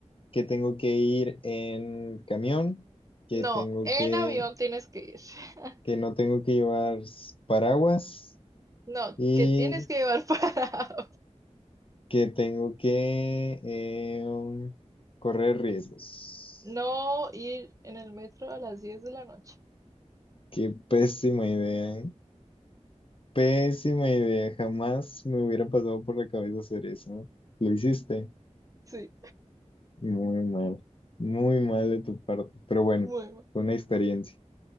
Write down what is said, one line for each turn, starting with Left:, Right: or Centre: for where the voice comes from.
Left: que tengo que ir en camión, que
Right: No,
Left: tengo
Right: en
Left: que,
Right: avión tienes que ir. <laughs>
Left: que no tengo que llevar s- paraguas
Right: No,
Left: y
Right: que tienes que llevar <laughs> para
Left: que tengo que eh, um, correr riesgos.
Right: No ir en el metro a las 10 de la noche.
Left: Qué pésima idea, ¿eh? Pésima idea. Jamás me hubiera pasado por la cabeza hacer eso. ¿Lo hiciste?
Right: Sí,
Left: Muy mal, muy mal de tu parte, pero bueno,
Right: muy mal.
Left: fue una experiencia.